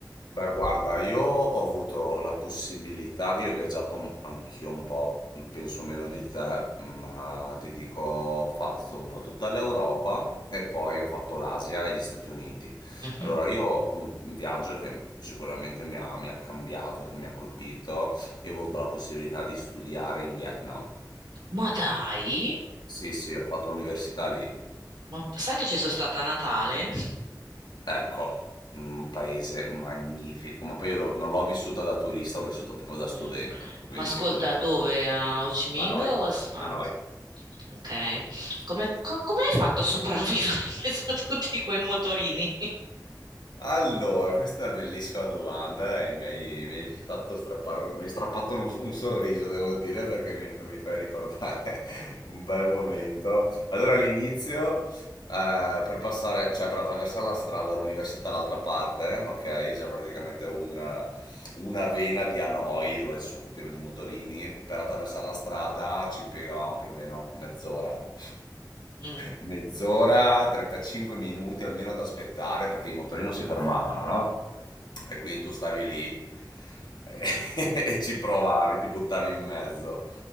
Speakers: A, on the left; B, on the right.
A: Beh, guarda, io ho avuto la possibilità, io ho viaggiato un- anch'io un po', mm, penso meno di te, ma ti dico, ho fatto un po' tutta l'Europa e poi ho fatto l'Asia e gli Stati Uniti.
B: Mhm.
A: Allora, io ho un un viaggio che sicuramente mi ha, mi ha cambiato, che mi ha colpito, io ho avuto la possibilità di studiare in Vietnam.
B: Ma dai,
A: Sì, sì, ho fatto l'università lì.
B: ma sai che ci sono stata a Natale?
A: Ecco, un paese magnifico, ma poi io lo- non l'ho vissuta da turista, l'ho vissuta proprio da studente,
B: Mm.
A: quindi
B: Ma ascolta,
A: figurati.
B: dove? A Ho Chi Minh
A: A noi,
B: o a... Sa- ah,
A: a noi.
B: ok. Come, co- come hai fatto a sopravvivere <laughs> in mezzo a tutti quei motorini?
A: Allora, questa è una bellissima domanda e mi hai, mi hai fatto strappare, un- mi hai strappato un, un sorriso, devo dire, perché mi, mi fai ricordare <laughs> un bel momento. Allora, all'inizio, eh, per passare, cioè per attraversare la strada all'università all'altra parte, ok? C'è praticamente un, una vena di Hanoi dove sono pieno di motorini, per attraversare la strada ci impiegavamo più o meno mezz'ora. <laughs>
B: Mm.
A: Mezz'ora, 35 minuti almeno ad aspettare perché i motorini non si fermavano, no? E quindi tu stavi lì e, <laughs> e ci provavi, ti buttavi in mezzo.